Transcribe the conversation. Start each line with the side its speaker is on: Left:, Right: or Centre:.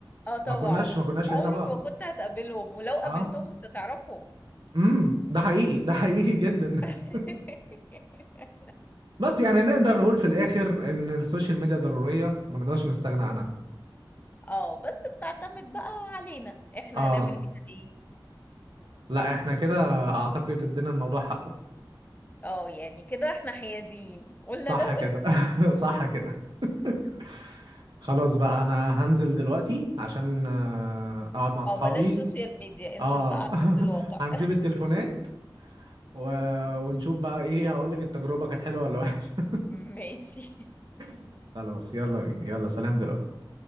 Left: اه طبعا
Right: ما كناش ما كناش
Left: عمرك
Right: لقينا بعض
Left: ما كنت هتقابلهم ولو قابلتهم
Right: اه
Left: مش هتعرفهم
Right: امم ده حقيقي ده حقيقي جدا
Left: <laughs>
Right: <laughs> بس يعني نقدر نقول في الاخر ان السوشيال ميديا ضرورية ما نقدرش نستغنى عنها
Left: اه بس بتعتمد بقى علينا احنا
Right: اه
Left: هنعمل بيها ايه
Right: لا احنا كده اعتقد ادينا الموضوع حقه
Left: اه يعني كده احنا حياديين قلنا
Right: صح
Left: ده وقلنا
Right: كده
Left: ده
Right: <laughs> صح كده <laughs> خلاص بقى انا هنزل دلوقتي عشان آه، اقعد مع اصحابي
Left: اه بلاش سوشيال ميديا انزل
Right: اه
Left: بقى على ارض
Right: <laughs>
Left: الواقع
Right: هنسيب التليفونات و... ونشوف بقى ايه هقول لك التجربة كانت حلوة ولا وحشة
Left: <laughs> ماشي
Right: <laughs> خلاص يلا بينا يلا سلام دلوقتي